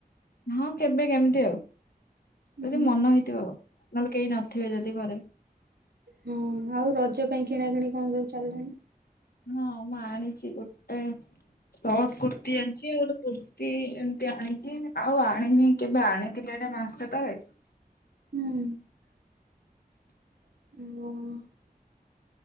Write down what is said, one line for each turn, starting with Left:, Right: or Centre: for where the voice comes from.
Left: ହଁ କେବେ କେମିତି ଆଉ
Right: ହୁଁ
Left: ଯଦି ମନ ହେଇଥିବ ଆଉ ନହେଲେ କେହି ନଥିବେ ଯଦି ଘରେ।
Right: ହଁ ଆଉ ରଜ ପାଇଁ କିଣା କିିଣି କଣ ସବୁ ଚାଲିଲାଣି।
Left: ହଁ ମୁଁ ଆଣିଛି ଗୋଟାଏ ସଟ୍ କୁର୍ତ୍ତି ଆଣିଛି ଆଉ କୁର୍ତ୍ତିୀ ଏମତି ଆଣିଛି ଆଉ ଆଣିନି କେବେ ଆଣିଥିଲି ଏଟା ମାସେ ତଳେ।
Right: ହୁଁ <unintelligible>